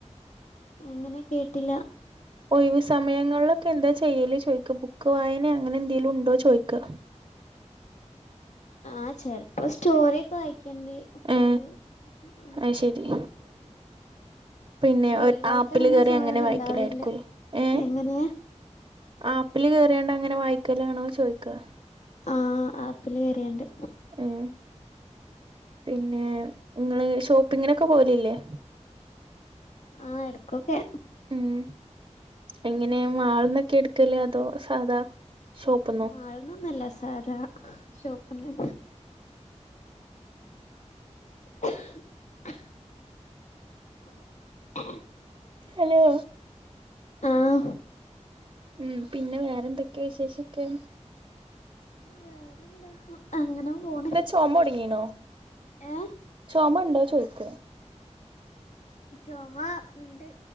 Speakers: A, on the left (about 75°); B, on the right (about 40°).
A: എങ്ങനെ കേട്ടില
B: ഒഴിവു സമയങ്ങളിലൊക്കെ എന്താ ചെയ്യല് ചോയ്ക്ക ബുക്ക് വായനേ അങ്ങനെ എന്തെലും ഇണ്ടോ ചോയിക്ക
A: ആഹ് ചെല് പ്പോ സ്റ്റോറി വായിക്കണ്ട ഫോണില്
B: ഏ
A: അല്ലാതെ
B: അത് ശരി പിന്നെ
A: ഒഴിവായിട്ട്
B: ഒര് ആപ്പില് കേറി
A: സമയമൊന്നും
B: അങ്ങനെ വായിക്കലായിരിക്കുല്ലേ
A: ഉണ്ടാവില്ല
B: ഏഹ്
A: എങ്ങനെ
B: ആപ്പില് കേറിയാണ്ട് അങ്ങനെ വായിക്കല്ലാണോ ചോയിക്ക
A: ആ ആപ്പില് കയറിയാണ്ട്
B: ഏഹ് പിന്നെ ഇങ്ങള് ഷോപ്പിങ്ങിനൊക്കെ പോവലില്ലേ
A: ആഹ് എടക്കൊക്കെ
B: ഉം എങ്ങനെ മാള്ന്നൊക്കെ എടുക്കല് അതോ സാധാ ഷോപ്പ്ന്നോ
A: മാള്ന്നൊന്നല്ല സാധാ ഷോപ്പ്ന്ന് <inaudible>
B: ഹലോ
A: ആഹ്
B: ഉം പിന്നെ വേറെന്തൊക്കെ വിശേഷക്കെ
A: വേറെന്താ അങ്ങനെ പോണ്
B: ചുമ തൊടങ്ങീണോ
A: ഏ
B: ചുമണ്ടോ ചോയിക്ക
A: ചുമ ഉണ്ട്